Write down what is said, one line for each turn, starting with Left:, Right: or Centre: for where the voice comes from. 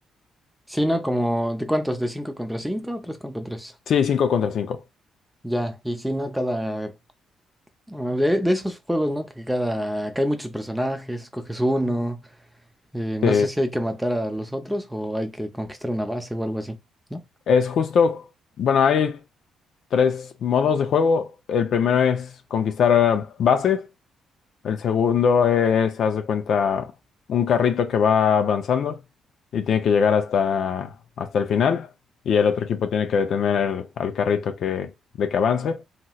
Centre: Sí, ¿no? Como, ¿de cuántos? ¿De 5 contra 5, 3 contra 3.
Left: Sí, cinco contra 5.
Centre: Ya, y sí, ¿no? Cada... ah, De, de esos juegos, ¿no? Que cada... Que hay muchos personajes, coges uno. eh, no
Left: Sí,
Centre: sé si hay que matar a los otros o hay que conquistar una base o algo así, ¿no?
Left: es justo, bueno, hay tres modos de juego. El primero es conquistar bases. El segundo es, haz de cuenta, un carrito que va avanzando y tiene que llegar hasta, hasta el final. Y el otro equipo tiene que detener el- al carrito que, de que avance.